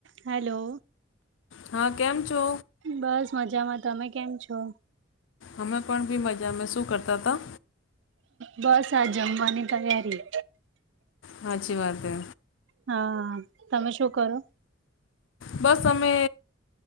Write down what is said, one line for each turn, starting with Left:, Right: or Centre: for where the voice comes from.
Right: Hello
Left: હા, કેમ છો?
Right: બસ મજામાં, તમે કેમ છો?
Left: અમે પણ બી મજામાં, શું કરતા હતા?
Right: બસ આ જમવાની તૈયારી.
Left: હાચી વાત હે.
Right: હા, તમે શું કરો?
Left: બસ અમે